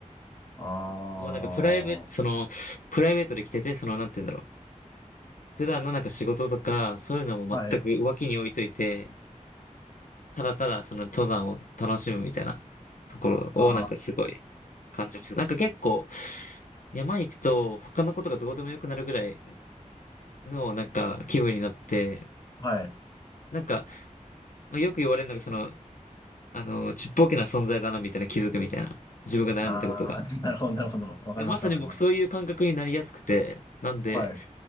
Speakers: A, on the left; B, on the left.
A: ああ、
B: もうなんかプライベート、
A: は
B: その、プライベートで来てて、その、なんて言うんだろう。普段のなんか仕事とか、そういうのも全く脇に置いといて、
A: い。
B: ただただその登山を楽しむみたいなところをなんかすごい
A: あ
B: 感じます。なんか結構
A: あ、
B: 山行くと他のことがどうでもよくなるぐらいのなんか気分になって、
A: はい。
B: なんか、まあ、よく言われるのがその、あの、ちっぽけな存在だなみたいな気づくみたいな。自分が悩んでたことが。
A: ああ、<laughs> なるほど、なるほど。わかります、
B: やまさに僕そういう感覚になりやすくて、
A: わかります。
B: なんで、
A: はい。